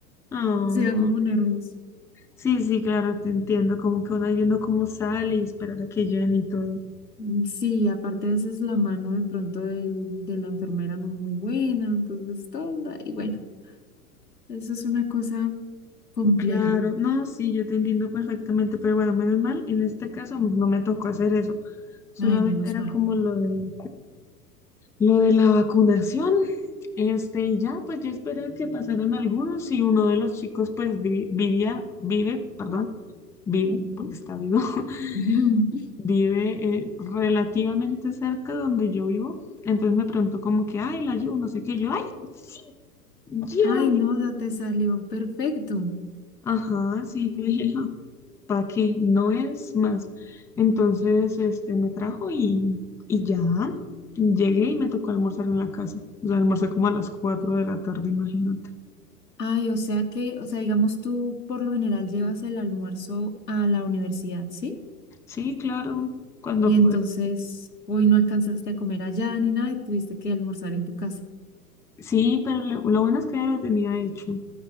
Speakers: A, in the centre; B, on the left.
A: Ah,
B: se dan como nervios.
A: sí, sí, claro, te entiendo. Como que uno ahí viendo cómo sale y esperar a que llene y todo.
B: Mm, Sí, aparte a veces la mano de pronto del- de la enfermera no muy buena, entonces todo, da- y bueno, eso es una cosa compleja,
A: Claro, no, sí, yo te entiendo perfectamente, pero bueno, menos mal, en este caso no me tocó hacer eso. Solamente
B: ay, menos
A: era
B: mal.
A: como lo de Lo de la vacunación, este, y ya, pues yo esperé que pasaran algunos y uno de los chicos, pues vi- vivía, vive, perdón, vive,
B: Ujú.
A: porque está vivo, <laughs>
B: <laughs>
A: vive eh, relativamente cerca donde yo vivo. Entonces me preguntó como que, ay, la llevo, no sé qué, yo, ay, sí, llévame.
B: Ay, no, da- te salió perfecto.
A: Ajá, sí, yo dije, ¿para qué? No es más. Entonces, este, me trajo y, y ya, llegué y me tocó almorzar en la casa. O sea, almorcé como a las 4 de la tarde, imagínate.
B: Ay, o sea que, o sea, digamos tú por lo general llevas el almuerzo a la universidad, ¿sí?
A: Sí, claro, cuando
B: y
A: pude.
B: entonces hoy no alcanzaste a comer allá ni nada y tuviste que almorzar en tu casa.
A: Sí, pero lo, lo bueno es que ya lo tenía hecho.